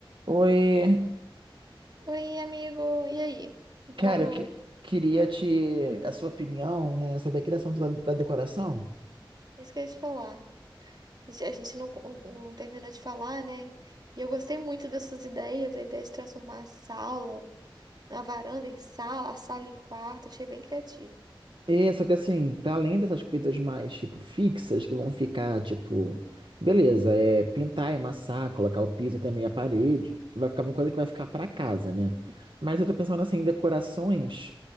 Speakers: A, on the right (about 65°); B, on the right (about 50°).
A: Oi,
B: Oi, amigo. E aí? Vamos.
A: cara, que, queria te a sua opinião, né, sobre a criação da, da
B: Hum,
A: decoração.
B: Isso que eu ia te falar. Já- A gente não, não terminou de falar, né? E eu gostei muito das suas ideias, a ideia de transformar a sala, a varanda em sala, a sala em quarto. Achei bem criativo.
A: É, só que assim, para além dessas coisas mais tipo fixas que vão ficar tipo, beleza, é pintar, emassar, colocar o piso até meia parede, vai ficar uma coisa que vai ficar para casa, né? Mas eu tô pensando assim em decorações